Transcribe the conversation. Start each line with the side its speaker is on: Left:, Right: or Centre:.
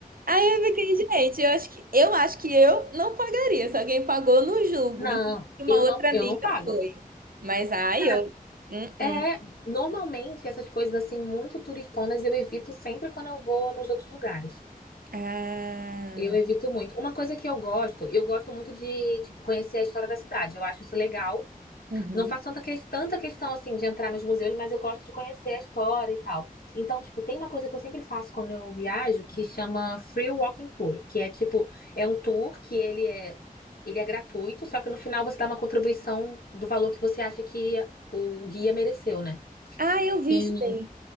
Right: Aí eu fiquei, gente, eu acho que eu acho que eu não pagaria, se alguém pagou, não julgo.
Left: Não,
Right: Inclusive, uma
Left: eu
Right: outra
Left: não, eu
Right: amiga
Left: não pago.
Right: foi. Mas ai,
Left: Cara,
Right: eu. Hum,
Left: é,
Right: hum.
Left: normalmente essas coisas assim muito turistonas eu evito sempre quando eu vou nos outros lugares.
Right: Ah.
Left: Eu evito muito. Uma coisa que eu gosto, eu gosto muito de, tipo, conhecer a história da cidade. Eu acho isso legal.
Right: Uhum.
Left: Não faço tanta, que- tanta questão assim de entrar nos museus, mas eu gosto de conhecer a história e tal. Então, tipo, tem uma coisa que eu sempre faço quando eu viajo que chama Free Walking Tour, que é tipo, é um tour que ele é ele é gratuito, só que no final você dá uma contribuição do valor que você acha que o guia mereceu, né?
Right: Ah, eu vi
Left: E
Right: isso daí.